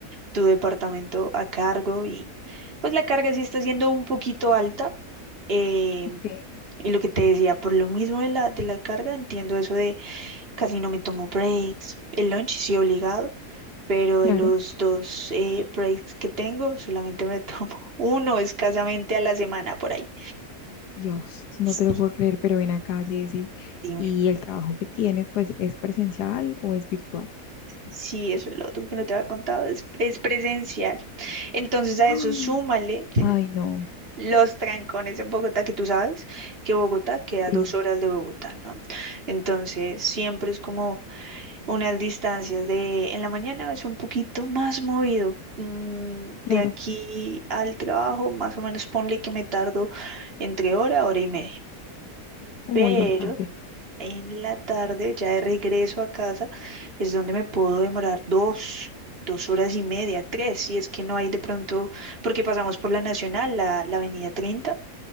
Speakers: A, on the right; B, on the left.
A: tu departamento a cargo y pues la carga sí está siendo un poquito alta. eh,
B: Ok,
A: y lo que te decía, por lo mismo de la, de la carga, entiendo eso de casi no me tomo breaks, el lunch sí obligado pero de
B: claro.
A: los dos eh, breaks que tengo, solamente me tomo <laughs> uno escasamente a la semana por ahí.
B: Dios, no
A: Sí,
B: te lo puedo creer, pero ven acá, Jessy.
A: dime.
B: ¿Y el trabajo que tienes, pues, es presencial o es virtual?
A: Sí, eso es lo otro que no te había contado, es, es presencial. Entonces a
B: ¡Ah!
A: eso súmale
B: Ay, no.
A: los trancones en Bogotá, que tú sabes que Bogotá queda
B: Sí,
A: a dos horas de Bogotá, ¿no? Entonces siempre es como unas distancias de en la mañana es un poquito más movido. mm,
B: claro.
A: De aquí al trabajo, más o menos ponle que me tardo entre hora, hora y media.
B: Uy,
A: Pero
B: bastante.
A: en la tarde, ya de regreso a casa, es donde me puedo demorar dos, dos horas y media, tres, si es que no hay de pronto, porque pasamos por la Nacional, la, la Avenida treinta